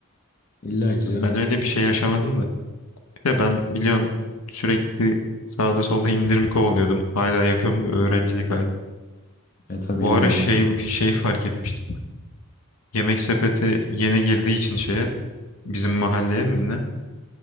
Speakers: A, on the left; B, on the left.
A: İlla ki canım.
B: Ben öyle bir şey yaşamadım da. Bir de ben biliyorsun sürekli sağda solda indirim kovalıyordum. Hala yapıyorum da öğrencilik hali.
A: E tabii
B: O
A: illa
B: ara şey
A: ki.
B: <laughs> şey fark etmiştim. Yemek sepeti yeni girdiği için şeye bizim mahalleye mi ne?